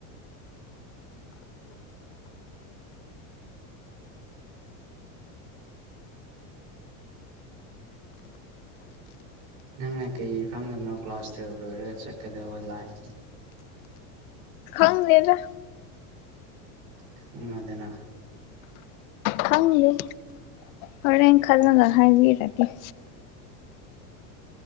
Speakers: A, on the right; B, on the left.
A: ꯅꯪꯅ ꯀꯩ ꯏ ꯈꯪꯗꯕꯅꯣ ꯀ꯭ꯂꯥꯁ ꯇꯨꯌꯦꯜꯕ ꯂꯣꯏꯔꯒ ꯆꯠꯀꯗꯕ ꯂꯥꯏꯟ꯫
B: ꯈꯪꯗꯦꯗꯥ꯫
A: ꯈꯪꯉꯣꯗꯅꯥ꯫
B: ꯈꯪꯗꯦ꯫ ꯍꯣꯔꯦꯟ ꯈꯜꯂꯒ ꯍꯥꯏꯕꯤꯔꯛꯀꯦ꯫